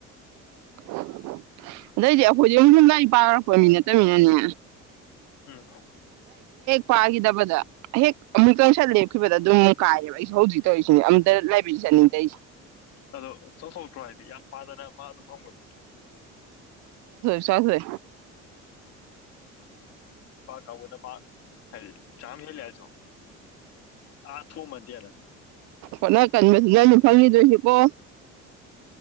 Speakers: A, on the right (about 70°); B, on the left (about 55°).
A: <inaudible> ꯑꯗꯩꯗꯤ ꯑꯩꯈꯣꯏꯗꯤ ꯌ ꯌꯨꯝ ꯂꯥꯏ ꯄꯥꯅꯔꯛꯄ ꯃꯤ ꯅꯠꯇꯅꯤꯅꯅꯦ
B: ꯎꯝ
A: ꯄꯥꯈꯤꯗꯕꯗ ꯍꯦꯛ ꯑꯃꯨꯛꯇꯪ ꯁꯠ ꯂꯦꯞꯈꯤꯕꯗ ꯑꯗꯨꯝ ꯀꯥꯏꯔꯦꯕ ꯑꯩꯁꯨ ꯍꯧꯖꯤꯛ ꯇꯧꯔꯤꯁꯤꯅꯦ ꯑꯝꯇ ꯂꯥꯏꯕꯁꯤ ꯆꯠꯅꯤꯡꯗꯔꯤꯁꯦ
B: ꯑꯗꯣ ꯆꯧꯊꯣꯛꯇ꯭ꯔꯣ ꯍꯥꯏꯗꯤ ꯌꯥꯝ ꯄꯥꯗꯅ ꯃꯥ ꯑꯗꯨꯝ ꯍꯪꯕꯗꯣ
A: ꯆꯣ ꯍꯋꯦ
B: ꯀꯗ ꯃꯥ ꯍꯥꯏ ꯆꯥꯝ ꯍ ꯂꯦꯁꯨ ꯑꯥꯊꯣ ꯃꯙꯅ
A: ꯍꯣꯠꯅ ꯀꯟꯕꯁꯤ ꯅ ꯑꯗꯨꯝ ꯐꯪꯈꯤꯗꯣꯏꯁꯤꯀꯣ